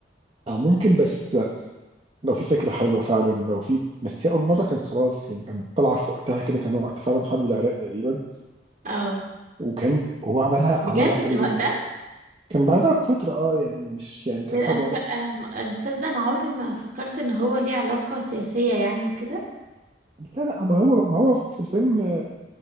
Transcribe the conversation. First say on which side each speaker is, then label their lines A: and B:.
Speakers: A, on the right; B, on the right.
A: أو ممكن بس لو في فكرة حلوة فعلا لو في بس هي أول مرة كان خلاص يعني كان طالعة في وقتها كده كان وقت فعلا حرب العراق تقريبا
B: اه
A: وكان هو عملها
B: بجد
A: عملها
B: كان
A: حلو
B: وقتها
A: جدا كان بعدها بفترة اه يعني مش يعني كان
B: انا
A: حرب العراق
B: ف... أم- انا تصدق انا عمري ما فكرت ان هو ليه علاقة سياسية يعني وكده
A: لا لا ما هو ما هو في الفيلم